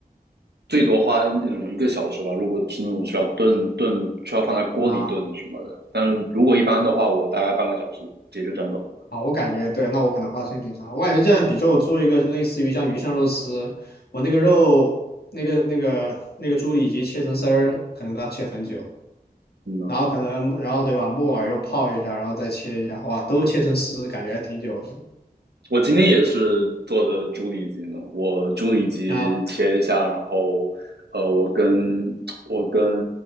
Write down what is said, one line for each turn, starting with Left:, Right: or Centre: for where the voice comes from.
Right: 最多花那种一个小时吧。如果是那种需要炖炖，需要放在锅里炖的什么的，
Left: 啊。
Right: 但是如果一般的话，我大概半个小时解决战斗。
Left: 啊，我感觉对，那我可能花时间挺长。我感觉这样，比如说我做一个类似于像鱼香肉丝，我那个肉。那个、那个、那个猪里脊切成丝儿，可能都要切很久。
Right: 嗯呢？
Left: 然后可能然后对吧，木耳又泡一下，然后再切一下，哇，都切成丝，感觉还挺久
Right: 我今天也是做的猪里脊呢，我猪里脊切一下，
Left: 的啊。
Right: 然后，呃，我跟我跟